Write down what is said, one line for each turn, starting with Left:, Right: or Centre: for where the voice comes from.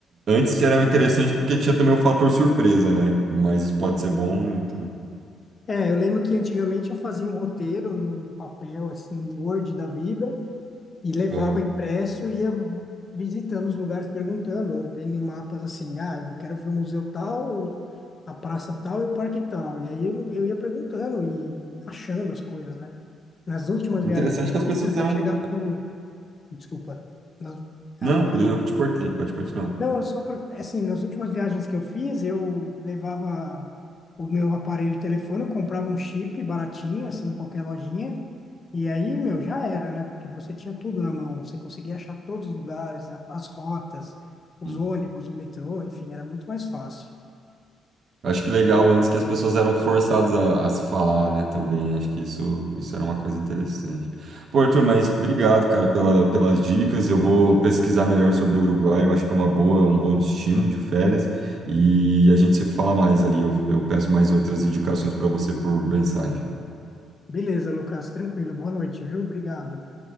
Right: Antes era interessante porque tinha também o fator surpresa, né? Mas isso pode ser
Left: Uhum.
Right: bom, então...
Left: É, eu lembro que antigamente eu fazia um roteiro num papel, assim, um Word da vida, e levava
Right: Aham.
Left: impresso e ia visitando os lugares, perguntando, ou vendo em mapas assim, ah, eu quero ver o museu tal, ou a praça tal e o parque tal. E aí eu, eu ia perguntando e achando as coisas, né? Nas últimas
Right: Interessante
Left: viagens que eu
Right: que as
Left: fiz,
Right: pessoas
Left: eu já
Right: eram.
Left: chegava no, Desculpa. Nas-
Right: Não,
Left: ah, falei.
Right: eu eu que te cortei, pode continuar.
Left: Não, é só para. Assim, nas últimas viagens que eu fiz, eu levava o meu aparelho de telefone, eu comprava um chip baratinho, assim, em qualquer lojinha. E aí, meu, já era, né? Porque você tinha tudo na mão, você conseguia achar todos os lugares, a- as rotas, os
Right: Sim.
Left: ônibus, o metrô, enfim, era muito mais fácil.
Right: Acho que legal antes que as pessoas eram forçadas a, a se falar, né, também. Acho que isso, isso era uma coisa interessante. Pô, Arthur, mas obrigado, cara, pela, pelas dicas. Eu vou pesquisar melhor sobre o Uruguai. Eu acho que é uma boa, um bom destino de férias. E a gente se fala mais ali. Eu, eu peço mais outras indicações para você por mensagem.
Left: Beleza, Lucas, tranquilo. Boa noite, viu? Obrigado.